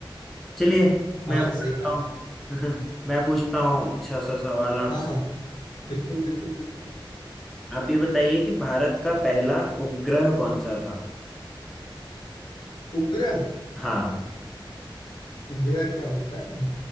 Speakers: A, in the centre; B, on the left.
A: चलिए मैं
B: हाँ
A: बताता
B: सही कहा
A: हूँ <laughs> मैं पूछता हूँ अच्छा सा सवाल आप
B: हाँ हाँ बिल्कुल बिल्कुल बिल्कुल
A: आप ये बताइए कि भारत का पहला उपग्रह कौन सा था
B: उपग्रह
A: हाँ
B: उपग्रह क्या होता है